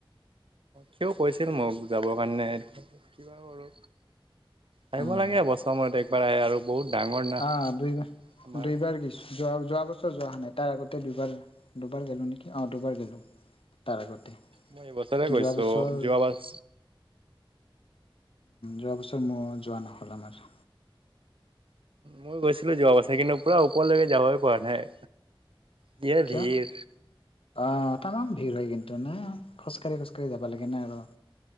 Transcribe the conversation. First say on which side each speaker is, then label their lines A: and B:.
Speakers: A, on the right (about 70°); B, on the left (about 75°).
A: সিওঁ কৈছিল মোক যাবৰ কাৰণে। কিবা কৰো আহিব
B: উম,
A: লাগে বছৰ মত একবাৰ আহে আৰু বহুত ডাঙৰ না
B: অ দুই -দুইবাৰ
A: আমাৰ
B: গৈছো। যোৱা যোৱা বছৰ যোৱা হোৱা নাই তাৰ আগতে দুবাৰ-দুবাৰ গেলোঁ নেকি অ দুবাৰ গলোঁ তাৰ আগতে।
A: মই এইবছৰে গৈছো
B: যোৱা বছৰ
A: ।যোৱা বছ
B: যোৱা বছৰ মই যোৱা নহ'ল, আমাৰ।
A: মই গৈছিলো যোৱা বছৰ, কিন্তু পোৰা ওপৰলৈকে যাবই পৰা নাই। যিয়ে
B: কিয়
A: ভিৰ
B: আহ', তামান ভিৰ হয়, কিন্তু ন'। খোচ কা খোজা কাঢ়ি, খোজ কাঢ়ি যাব
A: উম,
B: লাগে নাই আৰু।